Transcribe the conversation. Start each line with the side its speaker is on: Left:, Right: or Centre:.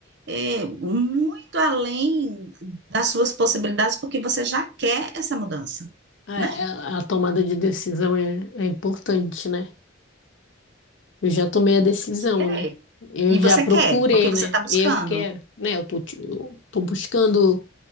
Right: é, muito além das suas possibilidades, porque você já quer essa mudança,
Left: é,
Right: né?
Left: é, a, tomada de decisão é, é importante, né? Eu já tomei a decisão,
Right: Você vai querer.
Left: né? Eu
Right: E
Left: já
Right: você
Left: procurei,
Right: quer, porque você
Left: né?
Right: está buscando.
Left: Eu quero, né? Eu tô, te- eu tô buscando